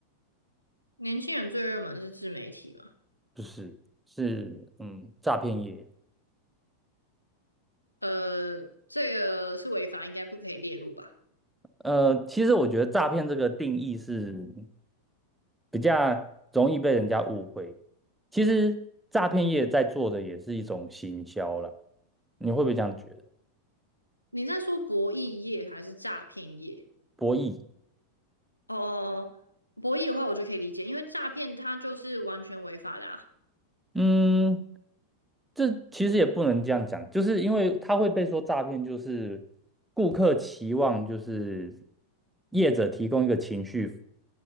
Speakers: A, on the left (about 90°); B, in the centre.
A: 年轻人最热门是自媒体吗？
B: 就是是嗯，诈骗业。
A: 呃，这个是违法，应该不可以列入吧？
B: 呃，其实我觉得诈骗这个定义是比较容易被人家误会。其实诈骗业在做的也是一种行销啦，你会不会这样觉得？
A: 你在说博弈业还是诈骗业？
B: 博弈。
A: 哦哦哦，哦博弈的话我就可以理解，因为诈骗它就是完全违法的啊。
B: 嗯，这其实也不能这样讲，就是因为他会被说诈骗，就是顾客期望就是业者提供一个情绪服务，